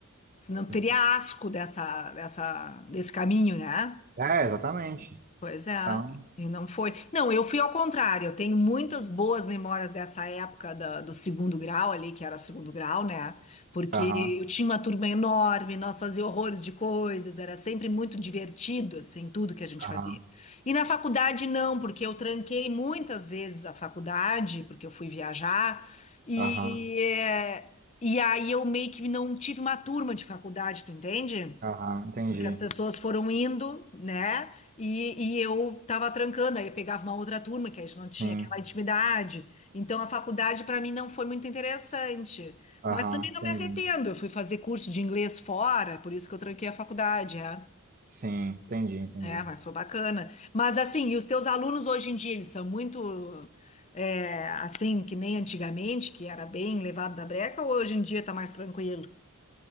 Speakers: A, on the left; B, on the right.
A: Senão tu
B: Então,
A: teria asco dessa, dessa, desse caminho, né?
B: é, exatamente.
A: Pois é,
B: Então,
A: e não foi. Não, eu fui ao contrário. Eu tenho muitas boas memórias dessa época da- do segundo grau ali, que era segundo grau, né? Porque
B: aham,
A: eu tinha uma turma enorme, nós fazíamos horrores de coisas, era sempre muito divertido, assim, tudo que a gente
B: aham.
A: fazia. E na faculdade não, porque eu tranquei muitas vezes a faculdade, porque eu fui viajar, e,
B: Aham,
A: é, e aí eu meio que não tive uma turma de faculdade, tu entende?
B: aham, entendi.
A: Porque as pessoas foram indo, né? E, e eu tava trancando, aí eu pegava uma outra turma, que a gente não
B: Sim,
A: tinha aquela intimidade. Então a faculdade para mim não foi muito interessante.
B: aham,
A: Mas também
B: entendi.
A: não me arrependo. Eu fui fazer curso de inglês fora, por isso que eu tranquei a faculdade, é.
B: Sim, entendi, entendi.
A: É, mas foi bacana. Mas assim, e os teus alunos hoje em dia, eles são muito é, assim, que nem antigamente, que era bem levado da breca, ou hoje em dia tá mais tranquilo?